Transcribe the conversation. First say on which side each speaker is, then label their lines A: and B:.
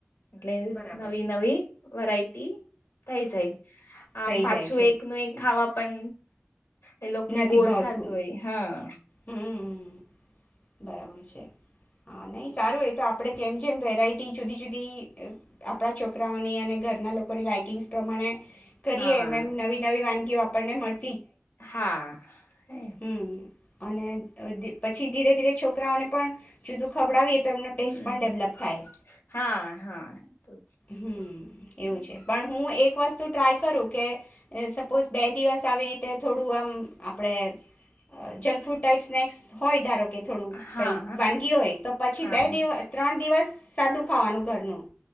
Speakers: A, on the left (about 80°); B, on the left (about 40°).
A: એટલે
B: બરાબર
A: નવી નવી વેરાયટી થઈ જાય. આમ
B: થઈ
A: પાછું
B: જાય છે
A: એકનું એક ખાવા પન એ લોકને
B: નથી
A: બોર
B: ભાવતું
A: થાતું હોય હહ
B: હમ બરાબર છે. હહ નહીં સારું એ તો આપ આપણે જેમ જેમ વેરાયટી જુદી-જુદી આપણા છોકરાઓની અને ઘર ના લોકોની લાઈકિંગસ પ્રમાણે કરીએ
A: હા
B: એમ એમ નવી નવી વાન ગીઓ આપણને મળ
A: હા એ.
B: હમ અને અહ પછી ધીરે ધીરે છોકરાઓને પણ જુદું ખવડાવીએ તો એમનો ટેસ્ટ
A: હમ
B: પણ ડેવલપ થાય,
A: હા હા તો જ
B: હમ્મ
A: હમ
B: એવું છે, પણ હું એક વસ તુ ટ્રાય કરું કે સપોઝ બે દિવસ આવી રીતે થોડું આમ આપડે જંગફૂડ ટાઈપ સ્નેક્સ હોય ધારો કે થોડું
A: હા
B: કઈ વાનગી હોય, તો પછી
A: હા
B: બે દિવ ત્રણ દિવસ સાદું ખાવાનું ઘરનું.